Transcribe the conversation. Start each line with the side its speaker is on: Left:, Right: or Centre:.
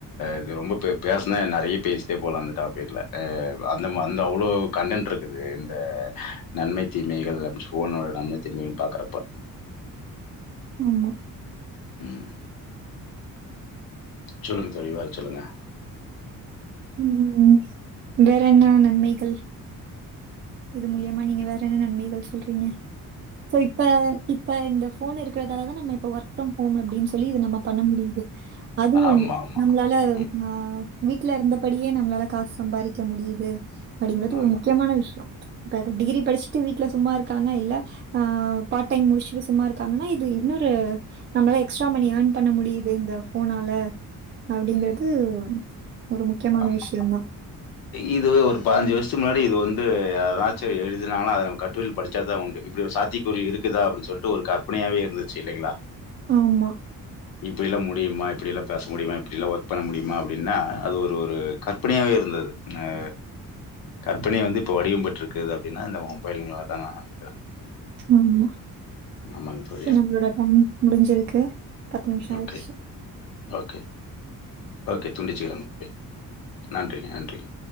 Left: இது ரொம்ப பே பேசுனா நறையா பேசிட்டே போலா அந்த டாப்பிக்ல அ அந்த மா அந்த அவ்ளோ கண்டென்ட் இருக்குது இந்த நன்மை தீமைகள் ஃபோனோட நன்மை தீமைகள் பாக்கறப்ப
Right: ஆமா
Left: ம் சொல்லுங்க தோழி வேற சொல்லுங்க
Right: ம் வேற என்னா நன்மைகள் இது மூலியமா நீங்க வேற என்ன நன்மைகள் சொல்றீங்க சோ இப்ப இப்ப இந்த ஃபோன் இருக்கதால தா நம்ம இப்ப ஒர்க் ஃப்ரம் ஹோம் அப்டின் சொல்லி இது நம்ம பண்ண முடியிது அது
Left: ஆமா,
Right: ஒண்ணு
Left: ஆமா.
Right: நம்ளால
Left: ம்.
Right: ஆ வீட்ல இருந்தபடியே நம்ளால காஸ் சம்பாரிக்க முடியிது அப்டிங்கறது
Left: ஆமா.
Right: ஒரு முக்கியமான விஷ்யோ பாரு டிகிரி படிச்சிட்டு வீட்ல சும்மா இருக்காங்க இல்ல ஆ பார்ட் டைம் முடிச்சிட்டு சும்மா இருக்காங்கன்னா இது இன்னொரு நம்மளா எக்ஸ்ட்ரா மணி ஏர்ன் பண்ண முடியிது இந்த ஃபோனால அப்டிங்கறது
Left: ம்.
Right: ஒரு முக்யமான
Left: ஆமா.
Right: விஷ்யந்தா
Left: இது ஒரு பதனஞ்சு வர்ஷத்துக்கு முன்னாடி இது வந்து எதாச்சு எழுதினாலு அத நம்ம கட்டுரைல படுச்சாதா உண்டு இப்டி ஒரு சாத்திய கூரு இருக்குதா அப்டி சொல்லிட்டு ஒரு கற்பனையாவே இருந்துச்சு இல்லைங்ளா
Right: ஆமா
Left: இப்பயெல்லா முடியிமா இப்டியெலா பேச முடியிமா இப்டியெல்லா ஒர்க் பண்ண முடியிமா அப்டின்னா அது ஒரு ஒரு கற்பனையாவே இருந்துது ஆ கற்பனைய வந்து இப்போ வடிவம் பெற்ருக்குது அப்டின்னா இந்த மொபைல்கள்லா தா நா நெனைக்கிறே
Right: ஆம்மா
Left: ஆமாங் தோ
Right: ஓகே நம்ளோட டைம் முடிஞ்சிருக்கு பத்து நிம்ஷோ
Left: ஓகே,
Right: ஆயிருச்சி
Left: ஓகே ஓகே துண்டிச்சுவிடவு <inaudible> நன்றிங்க நன்றிங்க